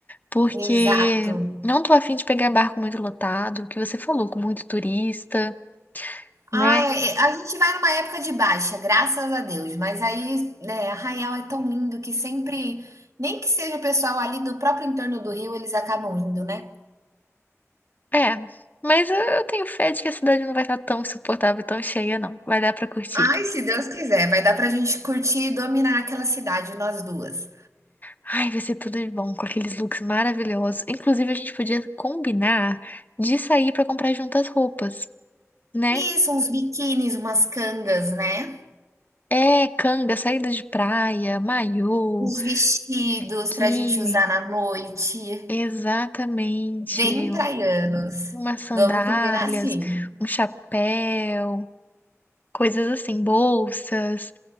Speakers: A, on the left; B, on the right.
A: porque
B: exato.
A: não tô afim de pegar barco muito lotado, que você falou, com muito turista, né?
B: Ai, é, é, a gente vai numa época de baixa, graças a Deus, mas aí, né, Arraial é tão lindo que sempre nem que seja o pessoal ali do próprio entorno do Rio, eles acabam indo, né.
A: É, mas eu eu tenho fé de que a cidade não vai estar tão insuportável, tão cheia, não. Vai dar pra curtir.
B: Ai, se Deus quiser, vai dar pra gente curtir e dominar aquela cidade, nós duas.
A: Ai, vai ser tudo de bom, com aqueles looks maravilhosos. Inclusive, a gente podia combinar de sair pra comprar juntas roupas, né?
B: Isso, uns biquínis, umas cangas, né.
A: É, canga, saída de praia, maiô,
B: Os vestidos
A: biquíni.
B: pra gente usar na noite,
A: Exatamente.
B: bem praianos.
A: Umas sandálias,
B: Vamos combinar assim.
A: um chapéu, coisas assim, bolsas.